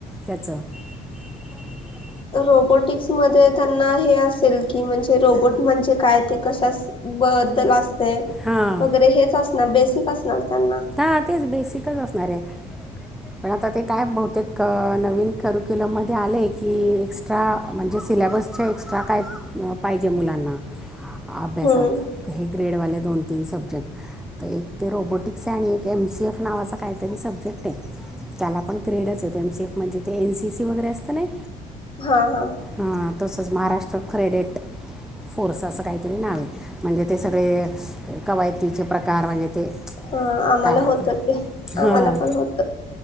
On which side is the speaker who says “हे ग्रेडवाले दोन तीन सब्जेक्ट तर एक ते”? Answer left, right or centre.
Centre